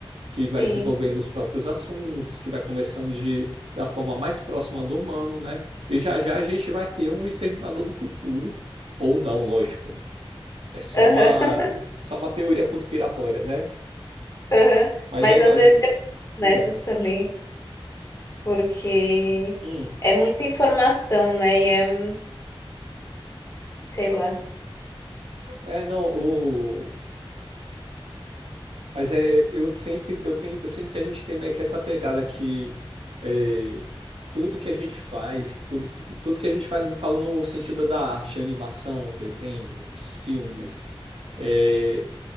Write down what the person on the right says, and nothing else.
que
vai desenvolvendo os próprios assuntos, que vai conversando de, da forma mais próxima do humano, né? E já já a gente vai ter um exterminador do futuro, ou não, lógico. É só
uma só uma teoria conspiratória, né?
Mas
já imagino.
Hum,
hum.
É, não, o Mas é, eu sempre, eu tenho, eu sinto que a gente tem meio que essa pegada que é, tudo que a gente faz, tudo que, tudo que a gente faz, eu falo no sentido da arte, animação, desenhos, filmes, é,